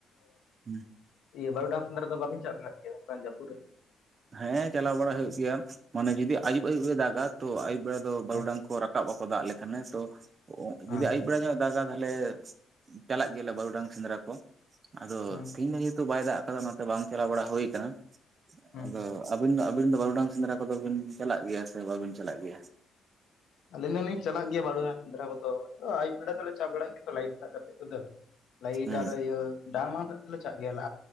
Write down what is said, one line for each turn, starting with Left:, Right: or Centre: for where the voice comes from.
Right: <unintelligible>
Left: ᱵᱟᱨᱩᱰᱟᱝ ᱥᱮᱫᱽᱹᱨᱟ ᱫᱚ ᱵᱟᱵᱤᱱ ᱪᱟᱞᱟᱜ ᱜᱮᱭᱟ ᱡᱟᱯᱩᱫ ᱨᱮ
Right: ᱦᱮᱸ ᱪᱟᱞᱟᱣ ᱵᱟᱲᱟ ᱦᱩᱭᱩᱜ ᱜᱮᱭᱟ ᱢᱟᱱᱮ ᱡᱩᱫᱤ ᱟᱭᱩᱵ ᱟᱭᱩᱵ ᱮ ᱫᱟᱜᱟ ᱛᱚ ᱟᱭᱩᱵ ᱵᱮᱲᱟ ᱫᱚ ᱵᱟᱹᱨᱩᱰᱟᱝ
Left: ᱦᱮᱸ
Right: ᱠᱚ ᱨᱟᱠᱟᱵ ᱨᱟᱠᱟᱵ ᱟᱠᱚ ᱫᱟᱜ ᱞᱮᱠᱷᱟᱱᱮ ᱚᱜ
Left: ᱦᱮᱸ
Right: ᱡᱩᱫᱤ ᱟᱭᱩᱵ <unintelligible> ᱧᱚᱜ ᱫᱟᱜᱟ ᱛᱟᱦᱚᱞᱮ ᱪᱟᱞᱟᱜ ᱜᱮᱭᱟᱞᱮ ᱵᱟᱨᱩᱰᱟᱝ ᱥᱮᱸᱫᱽᱨᱟ ᱠᱚ ᱟᱫᱚ
Left: ᱦᱮᱸ
Right: ᱛᱮᱦᱤᱧ ᱫᱚ ᱡᱮᱦᱮᱛᱩ ᱵᱟᱭ ᱫᱟᱜ ᱟᱠᱟᱫᱟ ᱚᱱᱟᱛᱮ ᱵᱟᱝ ᱪᱟᱞᱟᱣ ᱵᱟᱲᱟ ᱦᱩᱭ ᱟᱠᱟᱱᱟ
Left: ᱦᱮᱸ
Right: ᱟᱫᱚ ᱟᱹᱵᱤᱱ ᱫᱚ ᱟᱹᱵᱤᱱ ᱫᱚ ᱵᱟᱨᱩᱰᱟᱝ ᱥᱮᱸᱫᱽᱨᱟ ᱠᱚᱫᱚ ᱵᱤᱱ ᱪᱟᱞᱟᱜ ᱜᱮᱭᱟ ᱥᱮ ᱵᱟᱵᱤᱱ ᱪᱟᱞᱟᱜ ᱜᱮᱭᱟ
Left: ᱟᱞᱤᱧ ᱫᱚᱞᱤᱧ ᱪᱟᱞᱟᱜ ᱜᱮᱭᱟ ᱵᱟᱨᱩᱜᱰᱟᱝ ᱥᱮᱸᱫᱽᱨᱟ ᱠᱚᱫᱚ ᱟᱹᱭᱩᱵ ᱵᱮᱲᱟ ᱫᱚᱞᱮ ᱪᱟ ᱵᱟᱲᱟ ᱜᱮᱭᱟᱚ ᱞᱟᱭᱤᱴ ᱥᱟᱵ ᱠᱟᱛᱮ ᱠᱚᱫᱚ ᱞᱟᱭᱤᱴ
Right: ᱦᱩᱸ
Left: ᱟᱨ ᱤᱭᱟᱹ ᱫᱟᱝ ᱢᱟᱝ ᱥᱚᱜ ᱫᱚᱞᱮ ᱪᱟᱜ ᱜᱮᱭᱟᱞᱮ